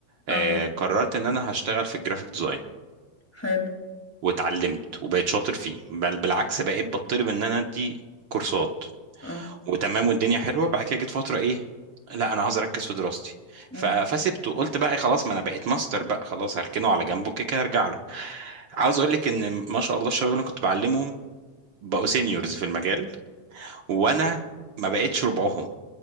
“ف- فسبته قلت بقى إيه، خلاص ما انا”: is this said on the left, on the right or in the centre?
Right